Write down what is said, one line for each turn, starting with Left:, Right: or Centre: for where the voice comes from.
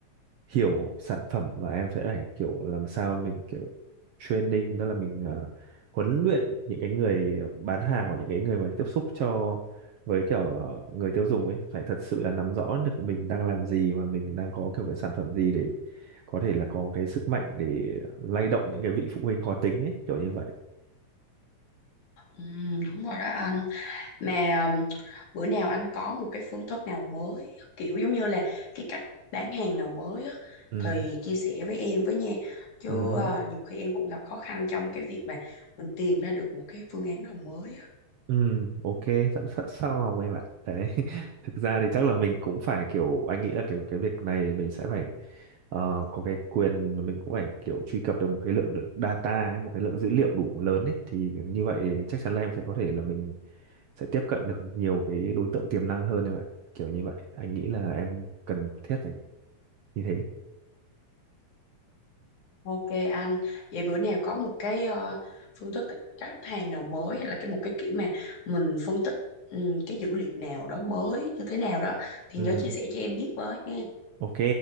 Right: hiểu sản phẩm và em sẽ phải kiểu làm sao mình kiểu training đó là mình ờ, huấn luyện những cái người bán hàng hoặc những cái người mà tiếp xúc cho với kiểu người tiêu dùng ấy phải thật sự là nắm rõ được mình đang làm gì và mình đang có kiểu cái sản phẩm gì để có thể là có cái sức mạnh để lay động những cái vị phụ huynh khó tính ấy kiểu như vậy
Left: ừ, đúng rồi đó anh mà um, bữa nào anh có một cái phương thức nào mới kiểu giống như là cái cách bán hàng nào mới á,
Right: ừ.
Left: thì chia sẻ với em với nha chứ
Right: ừ
Left: ờ, nhiều khi em cũng gặp khó khăn trong cái việc mà mình tìm ra được một cái phương án nào mới á.
Right: Ừ, ok, dẫn sẵn sau hồng em ạ. Đấy, <laughs> thực ra thì chắc là mình cũng phải kiểu, anh nghĩ là kiểu cái việc này mình sẽ phải ờ, có cái quyền, mình cũng phải kiểu truy cập được một cái lượng data ấy, một cái lượng dữ liệu đủ lớn ấy. Thì như vậy chắc chắn là em sẽ có thể là mình sẽ tiếp cận được nhiều cái đối tượng tiềm năng hơn em ạ. Kiểu như vậy, anh nghĩ là em cần thiết phải như thế.
Left: Ok anh, vậy bữa nào có một cái ờ, phương thức khách hàng nào mới hay là cái một cái kiểu mà mình phân tích ừm, cái dữ liệu nào đó mới như thế nào đó thì
Right: Ừ,
Left: nhớ chia sẻ cho em biết với nha.
Right: ok,